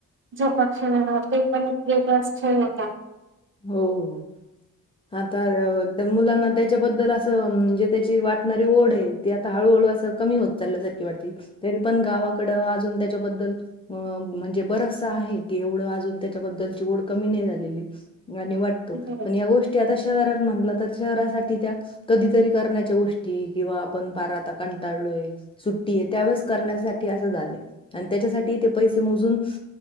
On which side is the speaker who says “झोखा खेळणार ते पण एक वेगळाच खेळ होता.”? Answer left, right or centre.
Right